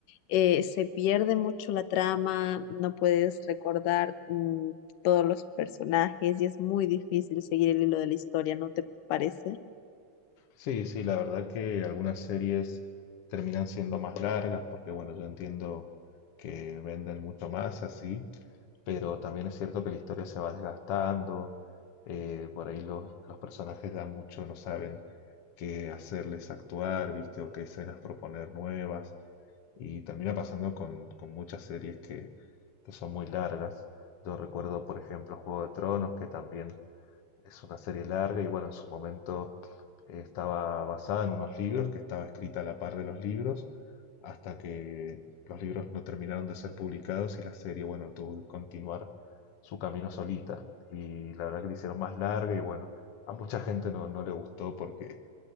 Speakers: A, on the left; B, on the left.
A: eh, se pierde mucho la trama, no puedes recordar mm, todos los personajes y es muy difícil seguir el hilo de la historia, ¿no te parece?
B: Sí, sí, la verdad que algunas series terminan siendo más largas porque, bueno, yo entiendo que venden mucho más así, pero también es cierto que la historia se va desgastando, eh, por ahí los, los personajes ya mucho no saben qué hacerles actuar, ¿viste? O qué escenas proponer nuevas. Y termina pasando con, con muchas series que, que son muy largas. Yo recuerdo, por ejemplo, Juego de Tronos, que también es una serie larga y bueno, en su momento eh, estaba basada en unos libros, que estaba escrita a la par de los libros, hasta que los libros no terminaron de ser publicados y la serie, bueno, tuvo que continuar su camino solita. Y la verdad que la hicieron más larga y bueno, a mucha gente no, no le gustó porque